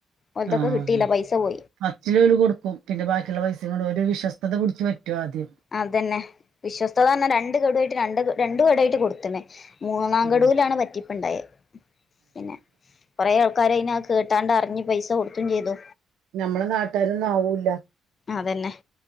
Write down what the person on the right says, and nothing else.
ആഹ്
ഫസ്റ്റില് ഓല് കൊടുക്കും പിന്നെ ബാക്കിയുള്ള പൈസയും കൊണ്ട് ഓന്റെ വിശ്സ്തത പിടിച്ച് പറ്റുവാ ആദ്യം
ആഹ്
നമ്മടെ നാട്ടാരൊന്നും ആവൂല്ല